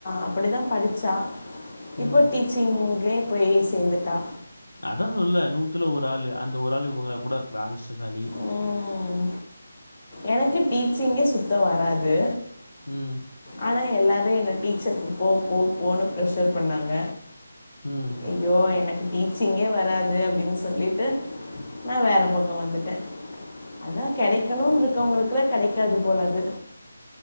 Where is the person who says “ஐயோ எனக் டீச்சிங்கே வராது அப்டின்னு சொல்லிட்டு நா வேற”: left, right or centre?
Left